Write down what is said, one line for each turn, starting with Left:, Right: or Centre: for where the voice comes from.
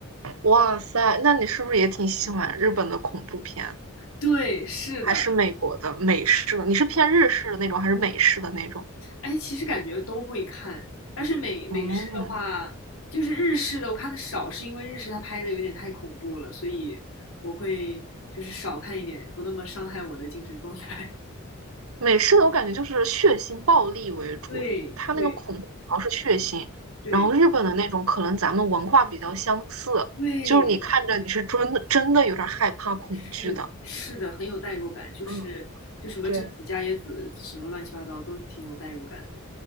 Right: 哇塞，那你是不是也挺喜欢日本的恐怖片，
Left: 对，是的，
Right: 还是美国的美式的？你是偏日式的那种，还是美式的那种？
Left: 哎，其实感觉都会看，但是美美式的话，
Right: 嗯，
Left: 就是日式的我看的少，是因为日式它拍的有点太恐怖了，所以我会就是少看一点，不那么伤害我的精神状态。<laughs>
Right: 美式的我感觉就是血腥暴力为主，
Left: 对对
Right: 它那个恐怖主要是血腥，
Left: 对
Right: 然后日本的那种可能咱们文化比较相似，
Left: 对，
Right: 就是你看着你是真的真的有点害怕恐惧的。
Left: 是的是的，很有代入感，就是就什么贞子、
Right: 嗯，对
Left: 伽椰子，什么乱七八糟都挺有代入感的。